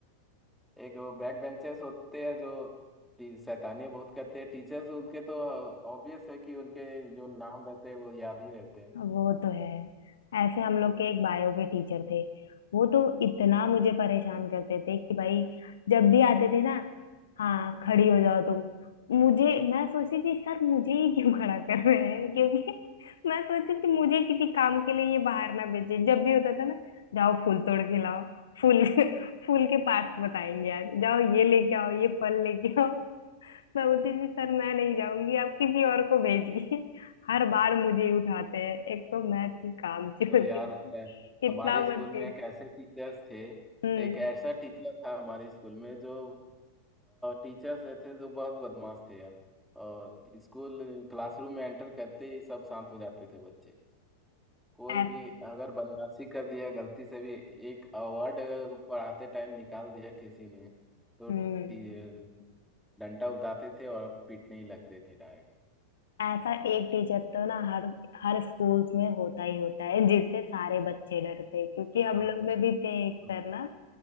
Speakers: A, in the centre; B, on the left.
A: एक वो बैक बेंचर्स होते हैं जो टी- शैतानियां बहुत करते हैं टीचर्स उनके तो ऑब्वियस है कि उनके जो नाम रहते हैं वो याद ही रहते हैं
B: वो तो है ऐसे हम लोग के एक बायो के टीचर थे वो तो इतना मुझे परेशान करते थे कि भाई जब भी आते थे ना हाँ खड़ी हो जाओ तुम मुझे मैं सोचती थी सर मुझे ही क्यों खड़ा कर रहे हैं क्योंकि <laughs> मैं सोचती थी मुझे किसी काम के लिए ये बाहर ना भेजे जब भी होता था ना जाओ फूल तोड़ के लाओ फूल फूल के पार्ट्स बताएंगे आज जाओ ये लेके आओ ये फल लेके आओ मैं बोलती थी सर मैं नहीं जाऊंगी आप किसी और को भेजिए <laughs> हर बार मुझे ही उठाते हैं एक तो मैं थी काम होती थी
A: तो यार अ,
B: इतना
A: हमारे
B: अरे
A: स्कूल
B: मत
A: में
B: भेज
A: एक ऐसे टीचर्स थे
B: हम्म
A: एक ऐसा टीचर था हमारे स्कूल में जो टीचर्स थे जो बहुत बदमाश थे यार और स्कूल क्लासरूम में एंटर करते ही सब शांत हो जाते थे बच्चे कोई
B: ऐस-
A: भी अगर बदमाशी कर दिया गलती से भी एक वर्ड पढ़ाते टाइम निकाल दिया किसी ने तो
B: हम्म
A: टी- डंडा उठाते थे और पीटने ही लगते थे डायरेक्ट
B: ऐसा एक टीचर तो ना हर हर स्कूल्स में होता ही होता है जिससे सारे बच्चे डरते हैं क्योंकि हम
A: हाँ
B: लोग में भी थे एक
A: तो
B: सर ना